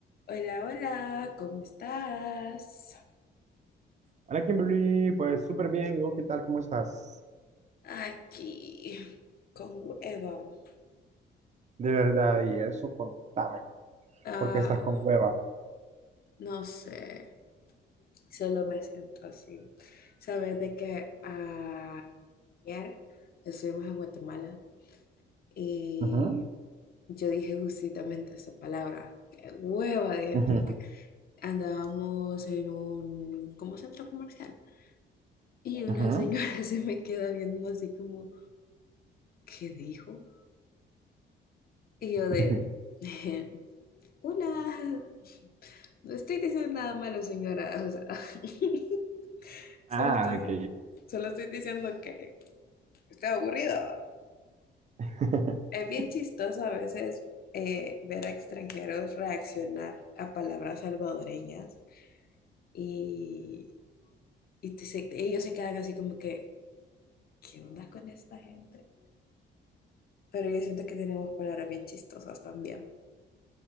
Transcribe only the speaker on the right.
Hola Kimberly, pues súper bien. ¿Y vos qué tal? ¿Cómo estás?
De verdad, y eso, contame.
¿Por qué estás con hueva?
Ujú,
ujú,
ujú.
<laughs>
Ah,
ok.
<laughs>